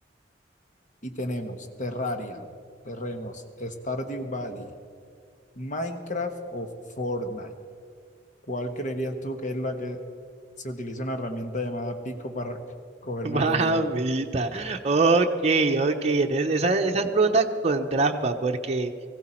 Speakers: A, on the left; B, on the right.
A: Y tenemos Terraria, tenemos Stardew Valley, Minecraft o Fortnite. ¿Cuál creerías tú que es la que se utiliza una herramienta llamada pico para coger
B: <laughs>
A: material?
B: Mamita. Ok, ok. en es- Esa, esa es pregunta con trampa, porque